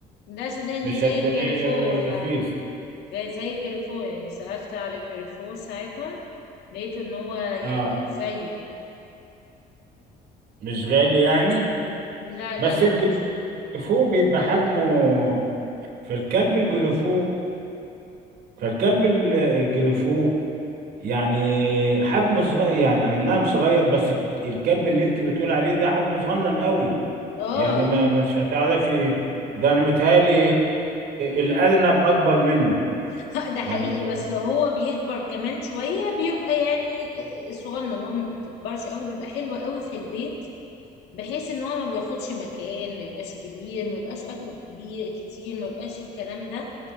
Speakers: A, on the left (about 85°); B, on the right (about 70°).
A: ده سوداني
B: مش
A: زي
B: هتلاقيه
A: الجريفو
B: غ-
A: يعني
B: رخيص
A: زي زي جريفو يعني سألت على جريفو ساعتها لقيت ان هو يعني
B: اه
A: زيه
B: مش غالي يعني
A: لا
B: بس
A: لا لا مش
B: الجرفو بيبقى حجمه في الكلب الجرفو فالكلب ال- الجرفو يعني حجمه صغير يعني اي نعم صغير بس الكلب اللي انت بتقول عليه ده حجمه صغنن قوي
A: اه
B: يعني ما مش هتعرفي ده انا متهيألي الارنب اكبر منه
A: <laughs> ده حقيقي
B: يعني
A: بس هو بيكبر كمان شوية بيبقى يعني صغنن هو ما بتكبرش قوي بيبقى حلو قوي في البيت بحيث ان هو ما بياخدش مكان ما يبقاش كبير ما يبقاش اكله كبير كتير ما يبقاش الكلام ده